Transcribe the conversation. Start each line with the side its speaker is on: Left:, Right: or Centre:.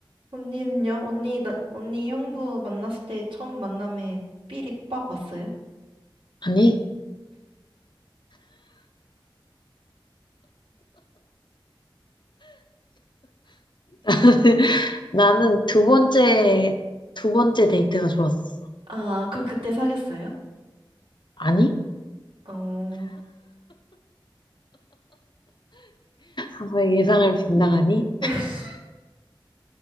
Right: 언니는요? 언니, 나, 언니 형부 만났을 때 처음 만남에 삘이 빡 왔어요?
Left: 아니, <laughs> 나는 두 번째, 두 번째 데이트가 좋았었어.
Right: 아, 그럼 그때 사귀었어요?
Left: 아니?
Right: 어,
Left: 항상 예상을 빗나가니?
Right: <laughs>